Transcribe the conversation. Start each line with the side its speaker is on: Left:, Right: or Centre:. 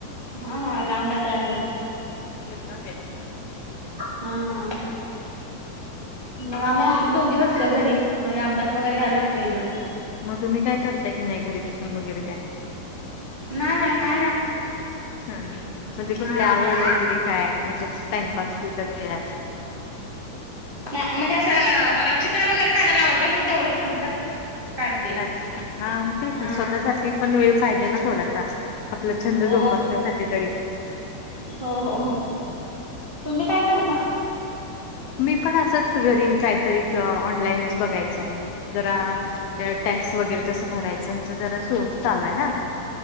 Right: हा हा लांब हाय त्यामुळे.
Left: एवढा वेळ
Right: हां हां. मग आम्ही असतोय दोघीच असतोय घरी. मग हे अभ्यास वगैरे घ्याय लागतोय हीचा.
Left: मग तुम्ही काय करताय की नाही घरी बसून वगैरे काय?
Right: नाही नाही काय नाही.
Left: हां हां म्हणजे
Right: हा
Left: कुठली आवड
Right: नाही
Left: वगैरे काय, म्हणजे टाइमपास ते तर <unintelligible>
Right: नाही म्हणजे असं मला चित्र वगैरे काढायला आवडतात, मग तेवढंच कधी तर. काढते.
Left: अच्छा हा म तेच
Right: हा.
Left: ना, स्वतःसाठी पण वेळ पाहिजे ना थोडासा. आपला छंद
Right: ओ
Left: जोपासण्यासाठी तरी.
Right: हो हो हो, तुम्ही काय करता?
Left: मी पण असंच घरी काहीतरीच ऑनलाईनच बघायचं. जरा टॅक्स वगैरे कसं भरायचं, हेचं जरा सुन चालू आहे ना.